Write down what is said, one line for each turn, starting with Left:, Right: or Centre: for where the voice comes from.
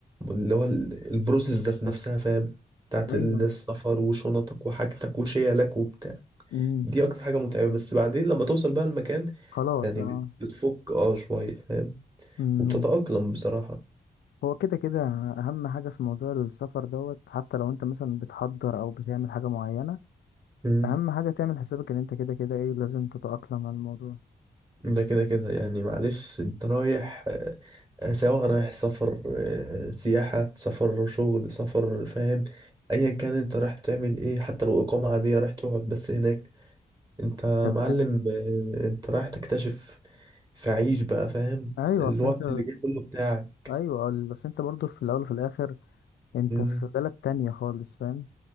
Right: اللي هو ال- البروسيس ذات نفسها فاهم بتاعت
Left: ايوه
Right: السفر وشنطك وحاجتك وشيلك وبتاع
Left: مم.
Right: دي اكتر حاجه متعبه بس بعدين لما توصل بقى المكان
Left: خلاص
Right: يعني
Left: اه
Right: بت- بتفك اه شويه فاهم
Left: أمم.
Right: وبتتاقلم بصراحه
Left: هو كده كده اهم حاجة في موضوع السفر دوت حتى لو انت مثلا بتحضر او بتعمل حاجة معينة
Right: امم
Left: اهم حاجة تعمل حسابك ان انت كده كده ايه لازم تتأقلم على الموضوع
Right: ده كده كده يعني معلش انت رايح آه، آه، سواء رايح سفر آه، سياحه سفر شغل سفر فاهم ايا كان انت رايح تعمل ايه حتى لو اقامه عاديه رايح تقعد بس هناك انت
Left: تمام
Right: معلم آه، انت رايح تكتشف فعيش بقى فاهم
Left: ايوه
Right: الوقت
Left: اصل انت
Right: اللي جاي كله بتاعك
Left: ايوه بس انت برضه في الاول وفي الاخر انت
Right: امم
Left: في بلد تانية خالص فاهم